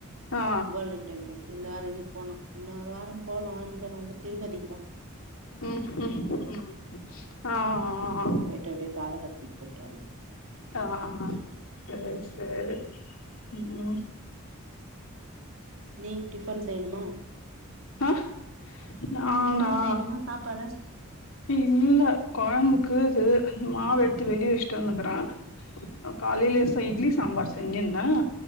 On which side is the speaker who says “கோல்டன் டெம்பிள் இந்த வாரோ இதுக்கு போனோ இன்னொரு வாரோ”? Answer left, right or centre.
Right